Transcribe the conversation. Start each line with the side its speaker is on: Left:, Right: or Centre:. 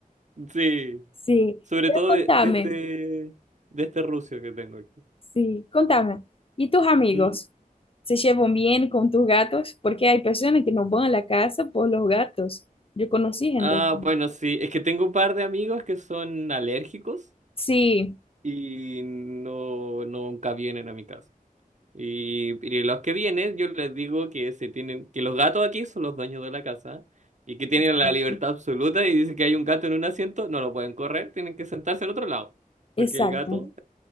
Right: Sí,
Left: Sí.
Right: sobre
Left: Pero
Right: todo
Left: contame,
Right: de, de este, de este rucio que tengo aquí.
Left: sí, contame. ¿Y tus amigos?
Right: ¿Mm?
Left: ¿Se llevan bien con tus gatos? Porque hay personas que no van a la casa por los gatos. Yo conocí gente.
Right: Ah,
Left: así.
Right: bueno, sí, es que tengo un par de amigos que son alérgicos
Left: Sí,
Right: y no, nunca vienen a mi casa. Y, y los que vienen, yo les digo que se tienen, que los gatos aquí son los dueños de la casa y que tienen
Left: exacto.
Right: la libertad absoluta y dicen que hay un gato en un asiento, no lo pueden correr, tienen que sentarse en otro lado,
Left: Exacto.
Right: porque el gato,